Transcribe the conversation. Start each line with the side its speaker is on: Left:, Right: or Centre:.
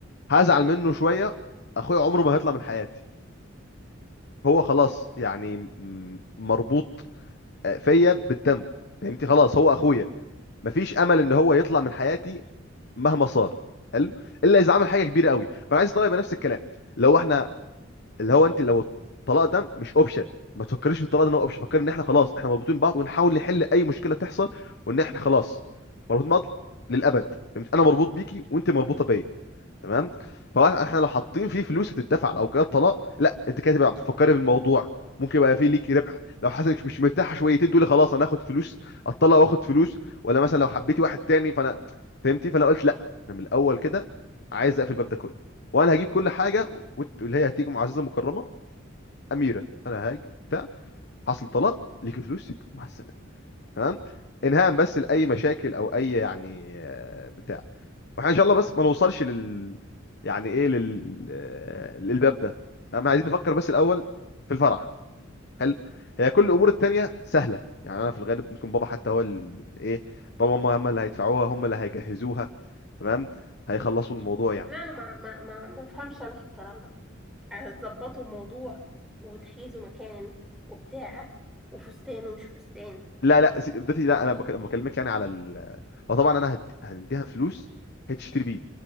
Left: هزعل منه شويه اخويا عمره ما هيطلع من حياتي هو خلاص يعني م- مربوط فيا بالدم فهمتي خلاص هو اخويا مفيش امل ان هو يطلع من حياتي مهما صار حلو الا اذا عمل حاجه كبيره قوي فانا عايز الطلاق يبقى نفس الكلام لو احنا اللي هو انت لو الطلاق ده مش اوبشن ما تفكريش في الطلاق ده ان هو اوبشن فكري ان احنا خلاص احنا مربوطين ببعض ونحاول نحل اي مشكله تحصل وان احنا خلاص مربوطين ببعض للابد فهمت انا مربوط بيكي وانت مربوطه بيا تمام فهو احنا لو حاطين فيه فلوس هتدفع لو جه طلاق لا انت كده تبقى بتفكري في الموضوع ممكن يبقى فيه ليك ربح لو حاسه انك مش مرتاحه شويتين تقولي خلاص انا هاخد فلوس اتطلق واخد فلوس ولا مثلا لو حبيتي واحد تاني فانا فهمتي فانا قلت لا انا من الاول كده عايز اقفل الباب ده كله وانا هجيب كل حاجه وت- واللي هي هتيجي معززه مكرمه اميره انا هاجي بتاع حصل طلاق ليكي فلوسك مع السلامه تمام انهاء بس لاي مشاكل او اي يعني آه، بتاع واحنا ان شاء الله بس ما نوصلش لل يعني ايه لل آه، للباب ده احنا عايزين نفكر بس الاول في الفرح حلو هي كل الامور التانية سهلة يعني انا في الغالب ممكن بابا حتى هو ال... ايه بابا وماما هم اللي هيدفعوها هم اللي هيجهزوها تمام هيخلصوا الموضوع يعني
Centre: لا انا ما ما ما ما افهمش انا في الكلام ده هتظبطوا موضوع وتحيزوا مكان وبتاع وفستان ومش فستان
Left: لا لا سي- بدتي لا انا بك- بكلمك يعني على ال... وطبعا انا هد... هنديها فلوس هي تشتري بيه